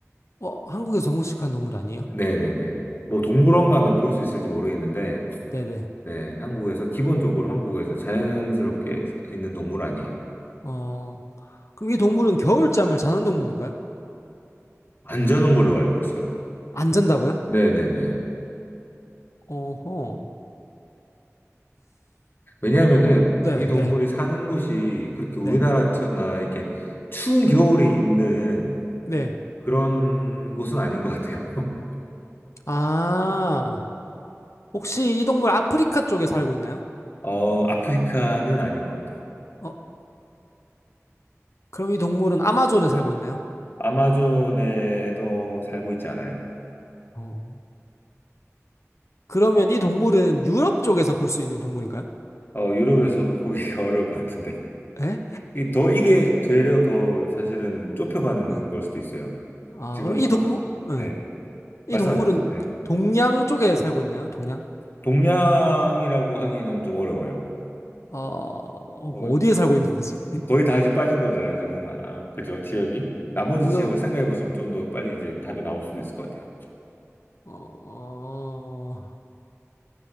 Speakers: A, on the left; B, on the left.
A: 어, 한국에서 동물식한 동물 아니에요?
B: 네네네. 뭐 동물원 가면 볼 수 있을지 모르겠는데,
A: 네네.
B: 네, 한국에서, 기본적으로 한국에서 자연스럽게 사- 있는 동물은 아니에요.
A: 어, 그럼 이 동물은 겨울잠을 자는 동물인가요?
B: 안 자는 걸로 알고 있어요.
A: 안 잔다고요?
B: 네네네.
A: 어허.
B: 왜냐하면은
A: 네,
B: 이 동물이
A: 네,
B: 사는 곳이 그렇게 우리나라나
A: 네,
B: 이렇게 추운 겨울이 있는
A: 네.
B: 그런 곳은 아닌 것 같아요. <laughs>
A: 아, 혹시 이 동물 아프리카 쪽에 살고 있나요?
B: 어, 아프리카는 아닌 것 같아요.
A: 어, 그럼 이 동물은 아마존에 살고 있나요?
B: 아마존에도 살고 있지 않아요.
A: 어, 그러면 이 동물은 유럽 쪽에서 볼 수 있는 동물인가요?
B: 어, 유럽에서도 보기가 <laughs> 어려울 것 같은데.
A: 에?
B: 이 더, 이게 되려 더 사실은 좁혀가는
A: 네.
B: 걸 수도 있어요.
A: 아,
B: 지금,
A: 그럼 이 동물,
B: 아,
A: 네.
B: 네.
A: 이
B: 말씀하세요.
A: 동물은
B: 네.
A: 동양 쪽에 살고 있나요? 동양?
B: 동양이라고 하기는 좀 어려워요.
A: 어,
B: 어,
A: 어디에 살고 있는 거지?
B: 거의 다 이제 빠진 거잖아요, 지금. 아, 그죠, 지역이. 나머지
A: 유럽,
B: 지역을 생각해 보시면 좀 더 빨리 이제 답이 나올 수도 있을 것 같아요.
A: 어,